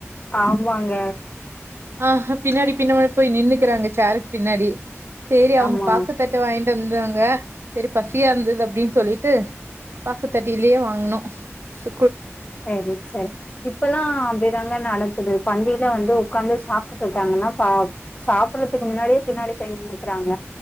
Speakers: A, on the left; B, on the right.
A: ஆமாங்க
B: ஆஹ பின்னாடி பின்னா போய் நின்னுக்கிறாங்க சேருக் பின்னாடி சேரி அவுங்க
A: ஆமா
B: பாக்குத்தட்ட வாங்கி ட்டுந்தாங்க செரி பசியா இருந்தது அப்டின் சொல்லிட்டு பாக்குத்தட்டிலயே வாங்னோ சு
A: சேரி சேரி இப்பல்லா அப்டிதாங்க நடக்குது பந்தியில வந்து உக்காந்து சாப்ட்டுட்டு இருக்காங்கன்னா சா சாப்படறதுக்கு முன்னாடியே பின்னாடி போய் நின்னுக்குறாங்க.